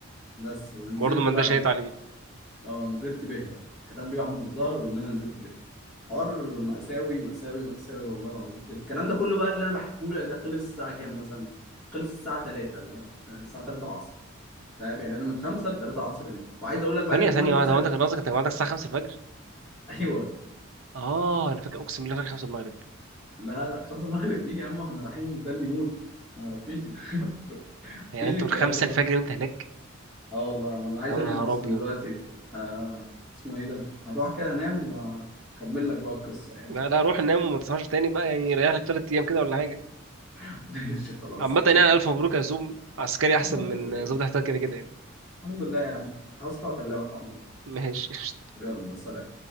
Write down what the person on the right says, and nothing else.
برضه ما
اداش شيط
عليه
ثانية
ثانية واحدة
هو انت كان قصدك انت جمعتك الساعة 5 الفجر؟
اه انا فاكر اقسم بالله فاكر 5 المغرب
يعني
انت
من 5
الفجر وانت هناك
يا
نهار
ابيض
لا لا روح نام وما تصحاش تاني بقى يعني ريح لك تلات ايام كده ولا حاجه
عامه
يعني الف مبروك يا سوم عسكري
احسن
من
ظابط احتياط كده كده يعني
ماشي <laughs>